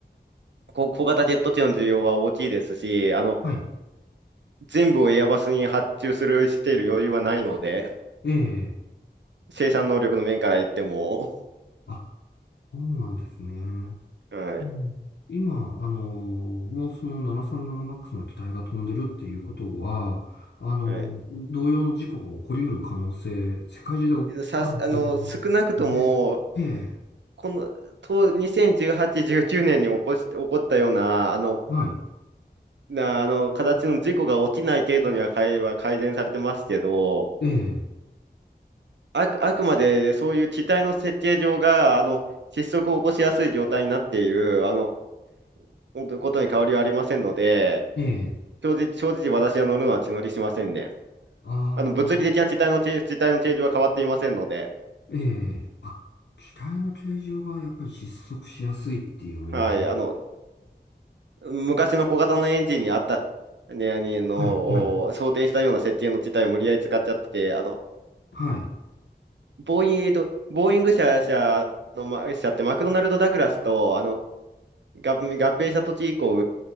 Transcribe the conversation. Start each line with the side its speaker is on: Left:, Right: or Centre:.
Right: こ小型ジェット機の需要は大きいですし、あの、
Left: はい、
Right: 全部をエアバスに発注する、している余裕はないので、
Left: ええ、
Right: 生産能力の面から言っても、
Left: あ、そうなんですね。
Right: <laughs> はい、
Left: うん、今、あの、もうその7 3 7ックスの機体が飛んでるっていうことは、あの、
Right: は
Left: 同様の事故が起こり得る可能性、世界中であるっていうことですね。
Right: い。さす、あの、少なくとも、
Left: ええ、
Right: この、と、2018、19年に起こして、起こったような、あの、
Left: はい、
Right: な、あの、形の事故が起きない程度には改、は改善されてますけど、
Left: ええ、
Right: あく、あくまで、そういう機体の設計上が、あの、失速を起こしやすい状態になっている、あの、ことに変わりはありませんので、
Left: ええ、
Right: 正直、正直私は乗るのは血乗りしませんね。
Left: あ。
Right: あの、物理的な地体の形、地体の形状は変わっていませんので、
Left: ええ、あ、機体の形状がやっぱり失速しやすいっていうものね。
Right: はい、あの、昔の小型のエンジンにあった、ね、あの、
Left: はい、はい、
Right: お想定したような設定の地帯を無理やり使っちゃってて、あの、
Left: はい、
Right: ボーイング、ボーイング社、社の、ま社ってマクドナルド・ダグラスと、あの、合合併した土地以降、